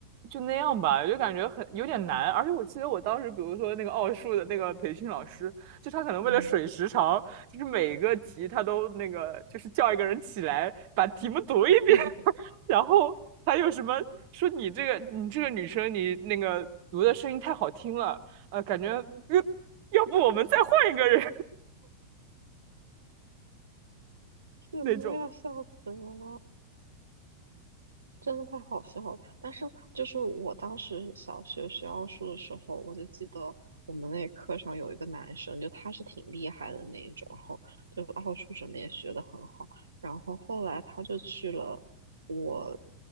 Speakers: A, on the right; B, on the right.
A: 就那样吧，就感觉很有点难。而且我记得我当时，比如说那个奥数的那个培训老师，就他可能为了水时长，
B: 嗯
A: 就是每一个题他都那个就是叫一个人起来把题目读一遍，
B: 嗯，<laughs>
A: <laughs> 然后还有什么说你这个你这个女生你那个读的声音太好听了，呃，感觉呃要不我们再换一个人
B: 什么呀，
A: <laughs> 那种。
B: 笑死人了。真的太好笑了。但是就是我当时小学学奥数的时候，我就记得我们那课上有一个男生，就他是挺厉害的那一种，然后就奥数什么也学得很好。然后后来他就去了我